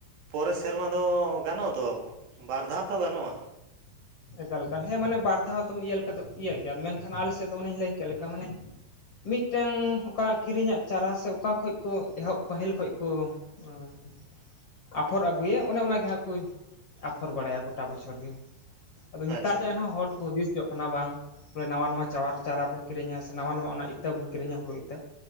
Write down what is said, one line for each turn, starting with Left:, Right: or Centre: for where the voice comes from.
Right: ᱯᱚᱨᱮ ᱥᱮᱨᱢᱟ ᱫᱚ ᱜᱟᱱᱚᱜ ᱫᱚ ᱵᱟᱨ ᱫᱷᱟᱣ ᱛᱚ ᱜᱟᱱᱚᱜᱼᱟ
Left: ᱮᱠᱟᱞ ᱮᱠᱟᱞ ᱦᱮᱸ ᱢᱟᱱᱮ ᱵᱟᱨ ᱫᱷᱟᱣ ᱫᱚᱢ ᱤᱭᱟᱹ ᱞᱮᱠᱟ ᱫᱚ ᱤᱭᱟᱹᱜ ᱜᱮᱭᱟ ᱢᱮᱱ ᱠᱷᱟᱱ ᱟᱞᱮ ᱥᱮᱫ ᱫᱚ ᱚᱱᱮᱧ ᱞᱟᱹᱭ ᱠᱮᱫ ᱞᱮᱠᱟ ᱢᱟᱱᱮ ᱢᱤᱫᱴᱟᱹᱝ ᱚᱠᱟ ᱠᱤᱨᱤᱧᱟᱜ ᱪᱟᱨᱟ ᱥᱮ ᱚᱠᱟ ᱠᱷᱚᱡ ᱠᱚ ᱮᱦᱚᱵ ᱯᱟᱹᱦᱤᱞ ᱠᱷᱚᱡ ᱠᱚ ᱚᱸᱻ ᱟᱯᱷᱚᱨ ᱟᱹᱜᱩᱭᱟ ᱚᱱᱮ ᱚᱱᱟ ᱜᱮ ᱦᱟᱸᱜ ᱠᱚ ᱟᱯᱷᱚᱨ ᱵᱟᱲᱟᱭᱟ ᱜᱚᱴᱟ ᱵᱚᱪᱷᱚᱨ ᱜᱮ ᱟᱫᱚ ᱱᱮᱛᱟᱨ
Right: ᱟᱪᱪᱷᱟ
Left: ᱫᱚ ᱮᱱᱦᱚᱸ ᱦᱚᱲ ᱠᱚ ᱦᱩᱫᱤᱥ ᱧᱚᱜ ᱮᱱᱟ ᱵᱟᱝ ᱱᱟᱣᱟ ᱱᱟᱣᱟ ᱪᱟᱣᱟᱨ ᱪᱟᱨᱟ ᱵᱚᱱ ᱠᱤᱨᱤᱧᱟ ᱥᱮ ᱱᱟᱣᱟ ᱱᱟᱣᱟ ᱤᱛᱟᱹ ᱵᱚᱱ ᱠᱤᱨᱤᱧᱟ ᱦᱳᱲᱳ ᱤᱛᱟᱹ